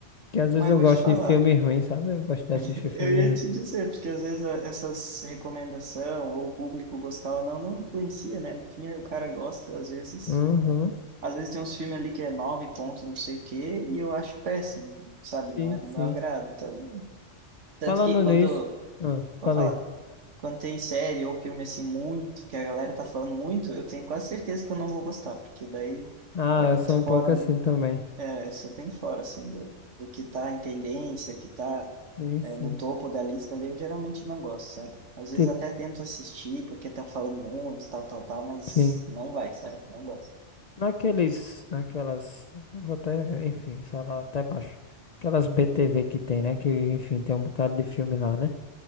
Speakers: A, on the left (about 45°); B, on the right (about 90°).
A: Que às vezes
B: Mas
A: eu
B: eu vou
A: gosto
B: te falar,
A: de filme ruim, sabe? Eu gosto de assistir
B: <laughs>
A: filme
B: eu ia
A: ruim.
B: te dizer, porque às vezes a- essas recomendação ou o público gostar ou não, não influencia, né? No fim, o cara gosta, às vezes,
A: Uhum.
B: às vezes tem uns filmes ali que é nove pontos, não sei o quê, e eu acho péssimo, sabe?
A: Sim,
B: Não é do
A: sim.
B: meu agrado. Então, tanto
A: Falando
B: que quando,
A: nisso. Ah,
B: vou
A: fala
B: falar.
A: aí.
B: Quando tem série ou filme assim muito, que a galera tá falando muito, eu tenho quase certeza que eu não vou gostar, porque daí
A: Ah,
B: é
A: eu
B: muito
A: sou um
B: fora
A: pouco assim
B: do.
A: também.
B: É, eu sou bem fora, assim, do, do que tá em tendência, que tá
A: Sim, sim.
B: é, no topo da lista ali, eu geralmente não gosto, sabe? Às vezes
A: Tipo,
B: até tento assistir, porque estão falando muito, tal, tal, tal, mas
A: sim.
B: não vai, sabe? Não gosto.
A: Naqueles, naquelas, eu vou até, enfim, falar até baixo. Aquelas BTV que tem, né? Que, enfim, tem um bocado de filme lá, né?